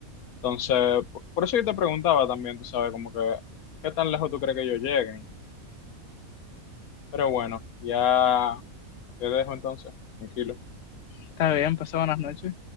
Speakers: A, on the left (about 85°); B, on the left (about 55°).
A: Entonces, por por eso yo te preguntaba también, tú sabes, como que, ¿qué tan lejos tú crees que ellos lleguen? Pero bueno, ya te dejo entonces, tranquilo.
B: Está bien, pasa buenas noches.